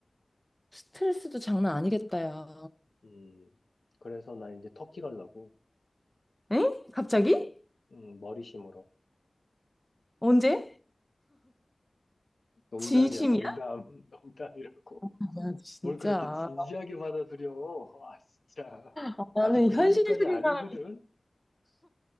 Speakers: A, in the centre; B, on the left.
A: 스트레스도 장난 아니겠다, 야.
B: 음, 그래서 나 이제 터키 가려고.
A: 엥? 갑자기?
B: 음, 머리 심으러.
A: 언제?
B: 농담이야,
A: 진심이야?
B: 농담, <laughs> 농담이라고.
A: 야, 진짜.
B: 뭘 그렇게 진지하게 받아들여. <laughs> 아, 진짜.
A: 아, 나는
B: 아직 그
A: 현실적인
B: 정도까지 아니거든?
A: 사람,